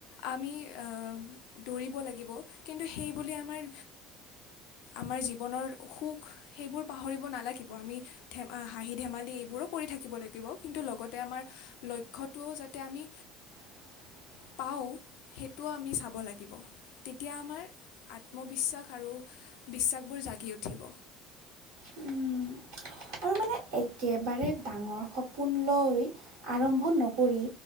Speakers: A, on the left; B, on the right.
A: আমি আহ দৌৰিব লাগিব। কিন্তু সেইবুলি আমাৰ আমাৰ জীৱনৰ সুখ সেইবোৰ পাহৰিব নালাগিব, আমি ধেমা হাঁহি, ধেমালি এইবোৰো কৰি থাকিব লাগিব। কিন্তু, লগতে আমাৰ লক্ষ্যটোও যাতে আমি
B: <inaudible>
A: পাওঁ। সেইটোও আমি চাব লাগিব। তেতিয়া আমাৰ আত্মবিশ্বাস আৰু বিশ্বাসবোৰ জাগি উঠিব।
B: উম। আৰু মানে একেবাৰে ডাঙৰ সপোন লৈ আৰম্ভ নকৰি